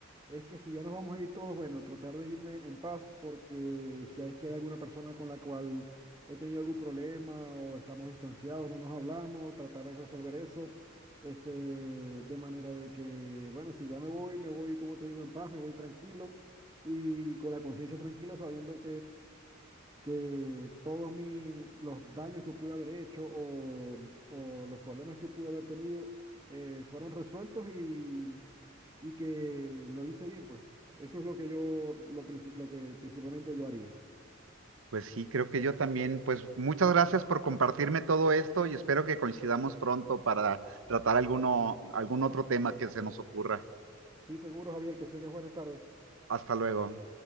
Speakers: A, on the right; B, on the right.
A: es que si ya nos vamos a ir todos, bueno, tratar de irme en paz, porque si es que hay alguna persona con la cual he tenido algún problema o estamos distanciados, no nos hablamos, tratar de resolver eso, este, de manera de que, bueno, si ya me voy, me voy, como te digo, en paz, me voy tranquilo y con la conciencia tranquila, sabiendo que todos mis, los daños que pude haber hecho o, o los problemas que pude haber tenido eh, fueron resueltos y, y que lo hice bien, pues. Eso es lo que yo, lo, princi- lo que principalmente yo haría.
B: Pues sí, creo que yo también, pues muchas gracias por compartirme todo esto y espero que coincidamos pronto para tratar alguno, algún otro tema que se nos ocurra.
A: Sí, seguro, Javier, que tengas buenas tardes.
B: Hasta luego.